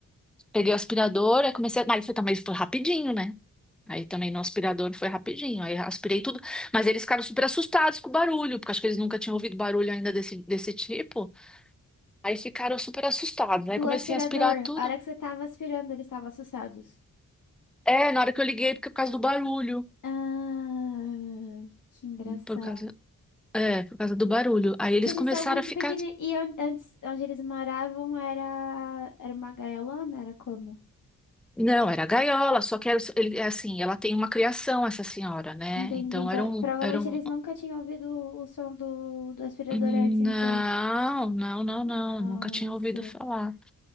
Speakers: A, in the centre; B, on the left.
A: peguei o aspirador, aí comecei, a- mas foi também foi rapidinho, né? Aí também no aspirador foi rapidinho, aí aspirei tudo, mas eles ficaram super assustados com o barulho, porque acho que eles nunca tinham ouvido barulho ainda desse, desse tipo. Aí ficaram super assustados, aí
B: Do
A: comecei
B: aspirador.
A: a aspirar tudo.
B: A hora que você tava aspirando, eles estavam assustados.
A: É, na hora que eu liguei, porque é por causa do barulho,
B: Ah, que engraçado.
A: por causa, é, por causa do barulho. Aí eles
B: Que eles
A: começaram
B: são muito
A: a ficar
B: pequeninos. E an- antes, onde eles moravam era, era uma gaiolona, era como?
A: Não, era gaiola, só que era, ele, é assim, ela tem uma criação, essa senhora, né?
B: Entendi.
A: Então
B: Então,
A: era um,
B: provavelmente
A: era um...
B: eles nunca tinham ouvido o som do, do aspirador
A: Não,
B: antes, então.
A: não, não,
B: Nossa.
A: não, nunca tinha ouvido falar.